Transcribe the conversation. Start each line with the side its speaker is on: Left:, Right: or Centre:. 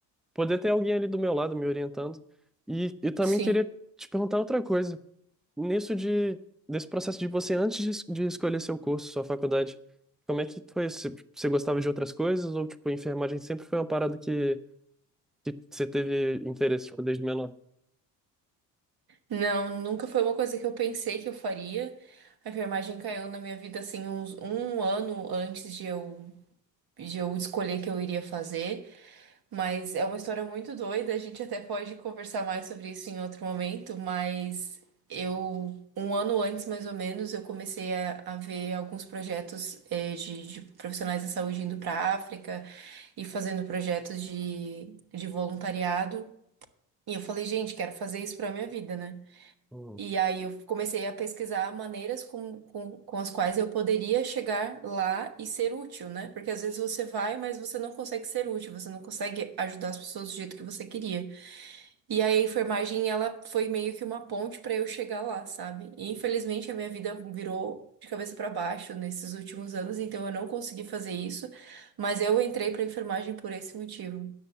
Centre: poder ter alguém ali do meu lado me orientando. E eu também
Right: sim.
Centre: queria te perguntar outra coisa. Nisso de, desse processo de você, antes de, es- de escolher seu curso, sua faculdade, como é que foi? Você, você gostava de outras coisas ou, tipo, enfermagem sempre foi uma parada que, que você teve interesse, tipo, desde menor?
Right: Não, nunca foi uma coisa que eu pensei que eu faria. A enfermagem caiu na minha vida assim uns um ano antes de eu, de eu escolher que eu iria fazer. Mas é uma história muito doida. A gente até pode conversar mais sobre isso em outro momento. Mas eu, um ano antes mais ou menos, eu comecei a, a ver alguns projetos eh, de, de profissionais da saúde indo para África. e fazendo projetos de, de voluntariado. E eu falei, gente, quero fazer isso pra minha vida, né?
Centre: Uhum.
Right: E aí eu comecei a pesquisar maneiras com, com, com as quais eu poderia chegar lá e ser útil, né? Porque às vezes você vai, mas você não consegue ser útil, você não consegue ajudar as pessoas do jeito que você queria. E aí a enfermagem, ela foi meio que uma ponte para eu chegar lá, sabe? E infelizmente a minha vida virou de cabeça para baixo nesses últimos anos, então eu não consegui fazer isso, mas eu entrei para enfermagem por esse motivo.